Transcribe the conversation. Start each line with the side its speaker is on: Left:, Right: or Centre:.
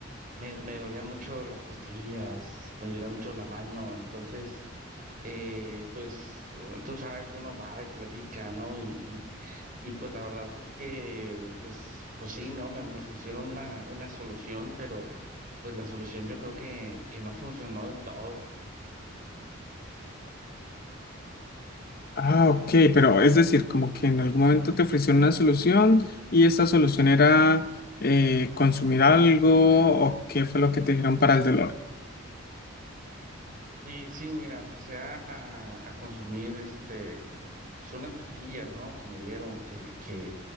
Right: me, me dolía mucho las costillas, me dolía mucho la mano, entonces, eh, pues u- tú sabes que uno va y platica, ¿no? Y, y, y, pues la verdad es que, pues, pues sí, ¿no? Me, me ofrecieron una, una solución, pero pues la solución yo creo que, que no funcionó del todo.
Left: Ah, ok, pero es decir, como que en algún momento te ofrecieron una solución y esa solución era eh, consumir algo o qué fue lo que te dijeron para el dolor.
Right: Y sí, mira, empecé a, a, a consumir, este, pues unas pastillas, ¿no? Que me dieron, que, que